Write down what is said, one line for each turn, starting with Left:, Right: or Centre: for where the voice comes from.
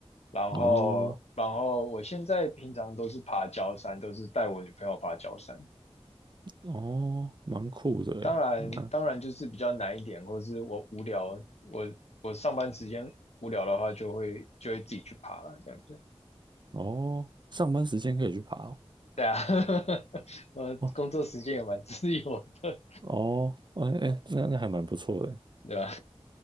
Left: 然后然后我现在平常都是爬郊山，
Right: 哦
Left: 都是带我女朋友爬郊山。
Right: 哦，蛮酷的诶，
Left: 当然当然就是比较难一点，
Right: 蛮
Left: 或者是我无聊，我我上班时间无聊的话，就会就会自己去爬了这样子。
Right: 哦，上班时间可以去爬哦
Left: 对啊，<laughs> 呃，
Right: 哦
Left: 工作时间也蛮 <laughs> 自由的，
Right: 哦哦，哎哎，那那还蛮不错的欸
Left: 对吧？